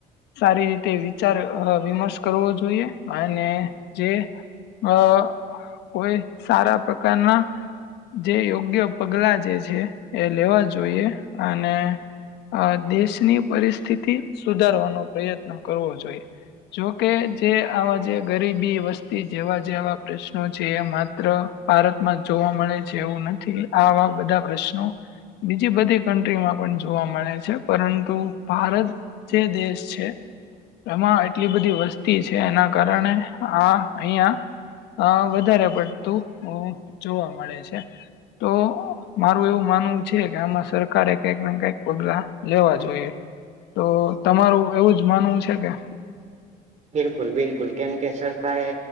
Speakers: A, on the left; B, on the right.
A: સારી રીતે વિચાર અહ વિમર્ષ કરવો જોઈએ. અને જે અહ કોઈ સારા પ્રકારના જે યોગ્ય પગલા જે છે એ લેવા જોઈએ અને આ દેશની પરિસ્થિતિ સુધારવાનો પ્રયત્ન કરવો જોઈએ. જોકે જે આવા જે ગરીબી વસ્તી જેવા જેવા પ્રશ્નો છે એ માત્ર ભારતમાં જોવા મળે છે એવું નથી આવા બધા પ્રશ્નો બીજી બધી કન્ટ્રીમાં પણ જોવા મળે છે પરંતુ ભારત જે દેશ છે એમાં એટલી બધી વસ્તી છે એના કારણે આ અહિયાં અહ વધારે પડતું અહ જોવા મળે છે. તો મારું એવું માનવું છે કે આમાં સરકારે કઈકને કઈક પગલા લેવા જોઈએ. તો તમારું એવું જ માનવું છે કે?
B: બિલકુલ બિલકુલ કેમ કે સરકાર એ